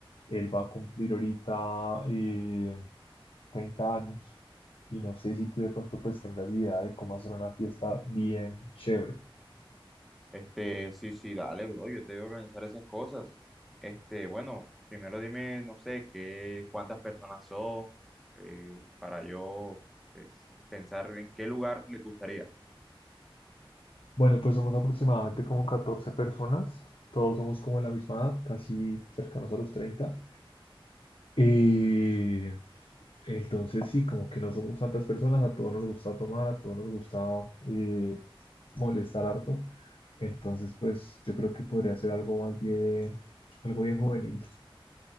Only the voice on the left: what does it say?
Él va a cumplir ahorita eh, 30 años y no sé si tú de pronto pues tengas idea de cómo hacer una fiesta bien chévere.
Bueno, pues somos aproximadamente como 14 personas, todos somos como de la misma edad, casi cercanos a los 30. Eh, entonces sí, como que no somos tantas personas, a todos nos gusta tomar, a todos nos gusta eh, molestar harto. Entonces, pues yo creo que podría ser algo más bien, algo bien juvenil.